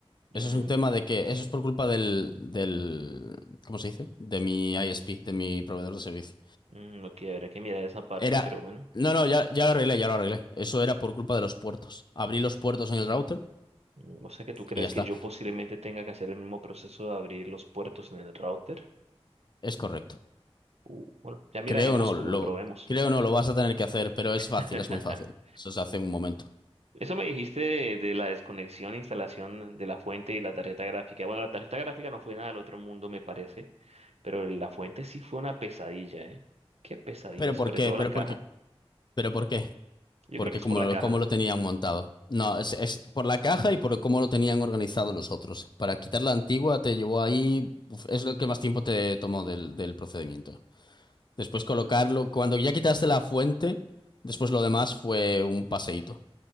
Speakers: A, on the right; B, on the left.
A: Mm,
B: Eso es un tema de que
A: ok.
B: eso es por culpa del, del, ¿cómo se dice? De mi ISP, de mi proveedor de servicio.
A: Mm, ok, habrá que mirar esa parte,
B: Era,
A: pero bueno.
B: no, no, ya, ya lo arreglé, ya lo arreglé. Eso era por culpa de los puertos. Abrí los puertos en el router
A: Mm, O sea que tú crees
B: y ya está.
A: que yo posiblemente tenga que hacer el mismo proceso de abrir los puertos en el router.
B: Es correcto.
A: Uh, bueno, ya miraremos
B: Creo no,
A: cuando
B: lo,
A: lo probemos.
B: creo no, lo vas a tener que hacer, pero es
A: <laughs>
B: fácil, es muy fácil. Eso se hace en un momento.
A: Eso me dijiste de, de la desconexión e instalación de la fuente y la tarjeta gráfica. Bueno, la tarjeta gráfica no fue nada del otro mundo, me parece, pero la fuente sí fue una pesadilla, ¿eh? Qué pesadilla,
B: ¿Pero
A: sobre
B: por qué?
A: todo
B: ¿Pero
A: la caja.
B: por qué? ¿Pero por qué?
A: Yo
B: porque
A: creo que es
B: como,
A: por la caja.
B: como lo tenían montado. No, es, es por la caja y por cómo lo tenían organizado los otros. Para quitar la antigua te llevó ahí, uf, es lo que más tiempo te tomó del, del procedimiento. Después colocarlo, cuando ya quitaste la fuente, después lo demás fue un paseíto.